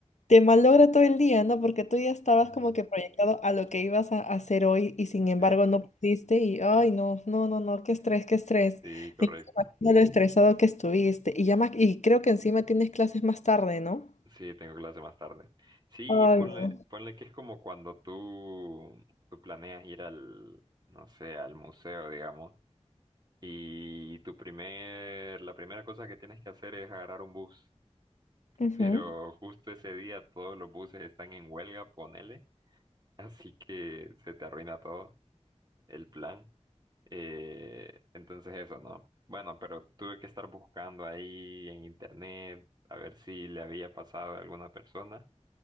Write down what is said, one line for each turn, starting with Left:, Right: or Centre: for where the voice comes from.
Left: te malogra todo el día, ¿no? Porque tú ya estabas
Right: Ujú,
Left: como que proyectado a lo que ibas a hacer hoy y sin embargo
Right: Sí,
Left: no pudiste y, ay, no, no, no, no, qué estrés, qué estrés.
Right: sí, correcto.
Left: Y no me imagino lo estresado que estuviste. Y ya más, y creo que encima tienes clases más tarde, ¿no?
Right: Sí, tengo clase más tarde. Sí,
Left: Ay,
Right: ponle,
Left: no.
Right: ponle que es como cuando tú, tú planeas ir al, no sé, al museo, digamos Y tu primer, la primera cosa que tienes que hacer es agarrar un bus.
Left: Ujú,
Right: Pero justo ese día todos los buses están en huelga, ponele. <laughs> Así que se te arruina todo el plan. Eh, entonces eso, ¿no? Bueno, pero tuve que estar buscando ahí en internet a ver si le había pasado a alguna persona.